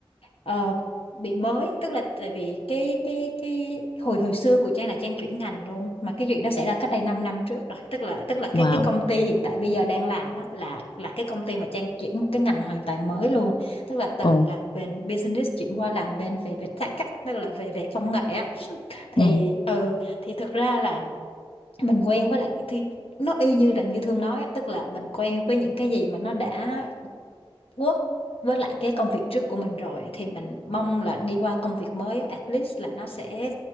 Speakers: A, on the left (about 75°); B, on the left (about 55°).
A: Ờ, bị mới tức là tại vì cái cái cái hồi hồi xưa của Trang là Trang chuyển ngành luôn mà cái chuyện đó xảy ra cách đây 5 năm trước rồi tức là tức là cái
B: Wow.
A: cái công ty hiện tại bây giờ đang làm á, là là cái công ty mà Trang chuyển một cái ngành hoàn toàn mới luôn tức là từ
B: Ồ.
A: làm bên business chuyển qua làm bên về về tech á, tức là về về công nghệ á thì
B: ừ.
A: ừ thì thực ra là mình quen với lại cái thi nó y như là như Thương nói á, tức là mình quen với những cái gì mà nó đã work với lại cái công việc trước của mình rồi thì mình mong là đi qua công việc mới á, at least là nó sẽ